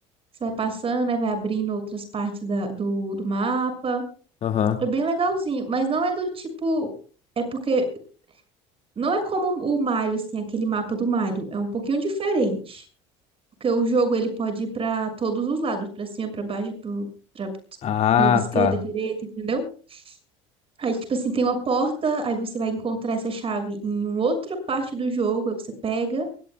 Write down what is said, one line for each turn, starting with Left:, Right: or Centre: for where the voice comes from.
Right: você vai passando, aí vai abrindo outras partes da, do, do mapa.
Left: Aham.
Right: É bem legalzinho, mas não é do tipo. É porque não é como o Mario, assim, aquele mapa do Mario. É um pouquinho diferente. Porque o jogo ele pode ir pra todos os lados, pra cima, pra baixo, pro, pra
Left: Ah,
Right: esquerda,
Left: tá.
Right: direita, entendeu? Aí, tipo assim, tem uma porta, aí você vai encontrar essa chave em outra parte do jogo, aí você pega.